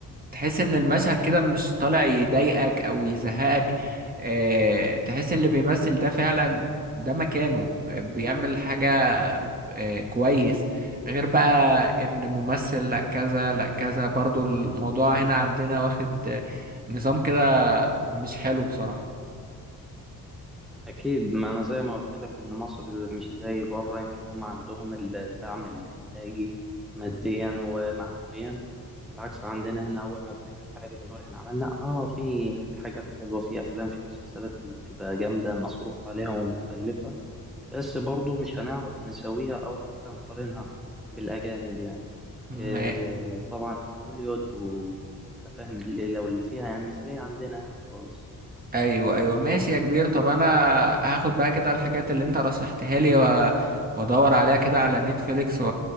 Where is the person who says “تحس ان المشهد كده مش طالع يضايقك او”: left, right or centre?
Right